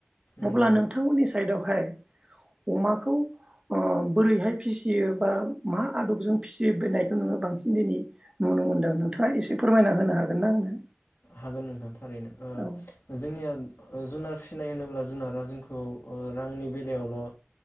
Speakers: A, on the left (about 65°); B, on the right (about 25°).
A: नंगौ
B: अब्ला नोंथांमोननि साइदआवहाय अमाखौ ओ बोरैहाय फिसियो बा मा आदबजों फिसिबोनायखौ नोंङो बांसिन दिनै नुनो मोनदों नोंथाङा एसे फोरमायना होनो हागोन ना आंनो?
A: हागोन नोंथां। थारैनो ओ
B: औ
A: जोंनिया जुनार फिसिनाय होनोब्ला जुनारा जोंखौ ओ रांनि बेलायावल' ओ